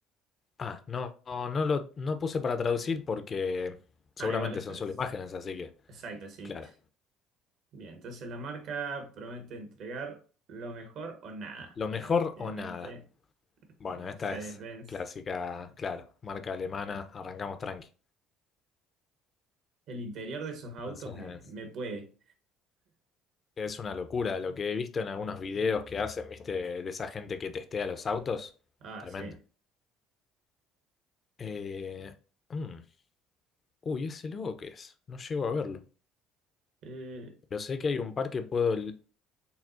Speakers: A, on the left (about 35°); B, on the right (about 65°).
A: Ah, no, no, no lo no puse para traducir porque seguramente
B: Ah, igual este
A: son solo
B: es.
A: imágenes, así que,
B: Exacto, sí.
A: claro.
B: Bien, entonces la marca promete entregar lo mejor o nada.
A: Lo
B: Efectivamente,
A: mejor o nada. Bueno,
B: Mercedes-Benz.
A: esta es clásica, claro, marca alemana, arrancamos tranqui.
B: El interior de esos autos
A: Entonces,
B: me, me puede.
A: es una locura lo que he visto en algunos videos que hacen, viste, de esa gente que testea los autos.
B: Ah,
A: Tremendo.
B: sí.
A: Eh, mm, uy, ¿ese logo qué es? No llego a verlo.
B: Eh,
A: Pero sé que hay un par que puedo... l-